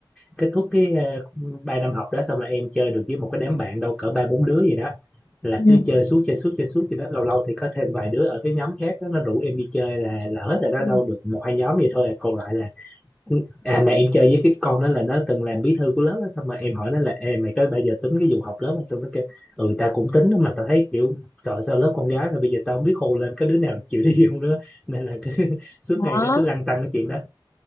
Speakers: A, in the centre; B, on the left.
A: kết thúc cái ờ, ba năm học đó xong là em chơi được với một cái đám bạn đâu cỡ ba bốn đứa gì đó là
B: Ừ.
A: cứ chơi suốt chơi suốt chơi suốt gì đó lâu lâu thì có thêm vài đứa ở cái nhóm khác đó, nó rủ em đi chơi là là hết rồi đó
B: Ừ.
A: đâu được một hai nhóm gì thôi à. còn lại là à mà em chơi với cái con đó là nó từng làm bí thư của lớp á xong mà em hỏi nó là Ê, mày có bao giờ tính cái vụ học lớp không xong nó kêu ừ tao cũng tính đó mà tao thấy kiểu trời ơi, sao lớp con gái mà bây giờ tao không biết khô lên có đứa nào chịu đi <laughs> không nữa nên là cứ <laughs> suốt
B: đó
A: ngày nó cứ lăn tăn cái chuyện đó